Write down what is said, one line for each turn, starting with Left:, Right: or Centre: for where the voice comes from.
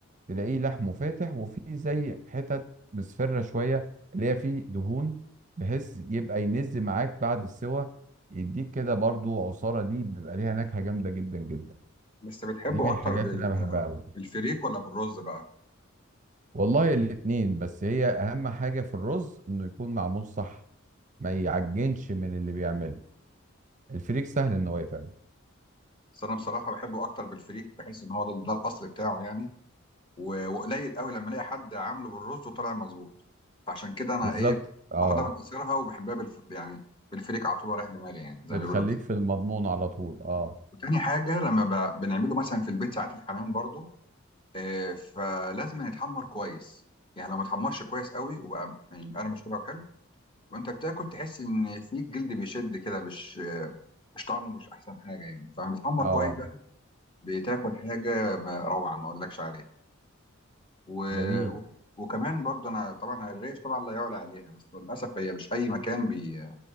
Right: تلاقيه لحمه فاتح وفيه زي حتت مصفرة شوية اللي هي فيه دهون بحيث يبقى ينز معاك بعد السوى يديك كده برضو عصارة دي بيبقى ليها نكهة جامدة جدا جدا
Left: بس بتحبه
Right: دي من الحاجات
Left: اكتر بال...
Right: اللي أنا بحبها أوي
Left: بالفريك ولا بالرز بقى
Right: والله الاتنين بس هي أهم حاجة في الرز إنه يكون معمول صح ما يعجنش من اللي بيعمله الفريك سهل إن هو يتعمل
Left: بس انا بصراحه بحبه اكتر بالفريك بحس ان هو ده, ده الاصل بتاعه يعني و... وقليل قوي لما الاقي حد عامله بالرز وطلع مظبوط فعشان كده انا
Right: بالظبط
Left: ايه
Right: اه
Left: باخدها من قصيرها وبحبها بالف... يعني بالفريك على طول ورايح دماغي يعني زي
Right: بتخليك
Left: ما بيقولوا كده
Right: في المضمون على طول اه
Left: وتاني حاجه لما ب... بنعمله مثلا في البيت ساعات الحمام برضو آه فلازم يتحمر كويس يعني لو ما اتحمرش كويس قوي وبقى يعني مقرمش كده وحلو وانت بتاكل تحس ان في الجلد بيشد كده مش مش طعمه مش احسن حاجه يعني فبيتحمر
Right: اه
Left: كويس بقى بتاكل حاجه ما- روعه ما اقولكش عليها و...
Right: جميل
Left: و... وكمان برضه انا طبعا الريش طبعا لا يعلى عليها بس للاسف هي مش اي مكان بي...